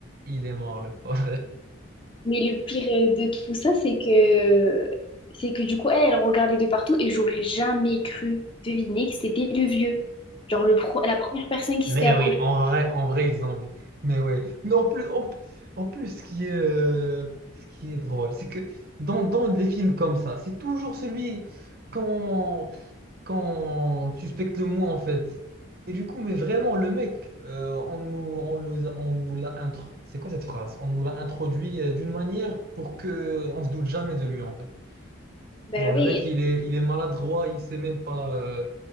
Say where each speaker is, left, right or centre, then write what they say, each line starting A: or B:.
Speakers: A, on the right; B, on the left.
A: il est mort, le pauvre.
B: Mais le pire euh, de tout ça, c'est que... c'est que du coup, elle, elle regardait de partout et j'aurais jamais cru deviner que c'était le vieux. Genre, le pro- la première personne qui
A: Mais
B: s'était approchée.
A: oui, en vrai, en vrai, ils ont... Mais ouais. Mais en plus, en, en plus, ce qui est, euh, ce qui est drôle, c'est que dans, dans des films comme ça, c'est toujours celui quand quand tu suspectes le moins, en fait. Et du coup, mais vraiment, le mec, euh, on nous, on nous, on nous l'a intro... C'est quoi cette phrase? On nous l'a introduit euh, d'une manière pour que on se doute jamais de lui, en fait.
B: Ben
A: Genre le
B: oui,
A: mec, il est, il est maladroit, il sait même pas. euh,